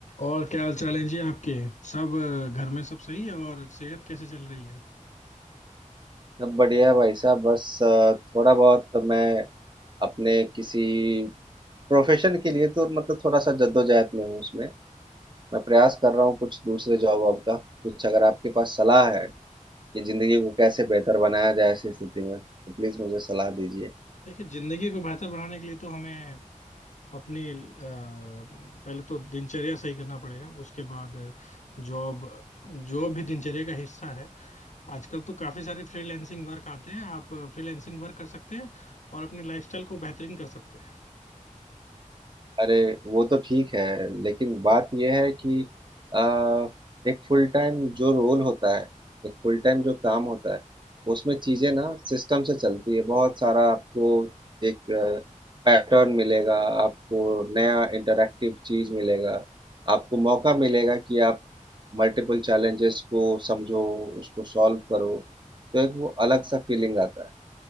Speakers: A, on the left; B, on the right.
A: और क्या हाल चाल है जी आपके सब अ, घर में सब सही है और सेहत कैसे चल रही है
B: सब बढ़िया है भाई साहब बस अ, थोड़ा बहुत मैं अपने किसी प्रोफेशन के लिए तो मतलब थोड़ा सा जद्दोजहद में हूँ उसमें मैं प्रयास कर रहा हूँ कुछ दूसरे जॉब वॉब का कुछ अगर आपके पास सलाह है कि जिंदगी को कैसे बेहतर बनाया जाए ऐसी स्थिति में तो प्लीज मुझे सलाह दीजिए
A: देखिए जिंदगी को बेहतर बनाने के लिए तो हमें अपनी अ, पहले तो दिनचर्या सही करना पड़ेगा उसके बाद जॉब जॉब भी दिनचर्या का हिस्सा है आजकल तो काफी सारे फ्रीलैंसिंग वर्क आते हैं आप फ्रीलैंसिंग वर्क कर सकते हैं और अपनी लाइफस्टाइल को बेहतरीन कर सकते हैं
B: अरे वो तो ठीक है लेकिन बात यह है कि आ, एक फुल टाइम जो रोल होता है एक फुल टाइम जो काम होता है उसमें चीजें ना सिस्टम से चलती है बहुत सारा आपको एक पैटर्न मिलेगा आपको नया इंटरैक्टिव चीज मिलेगा आपको मौका मिलेगा कि आप मल्टीपल चैलेंजेस को समझो उसको सॉल्व करो तो एक वो अलग सा फीलिंग आता है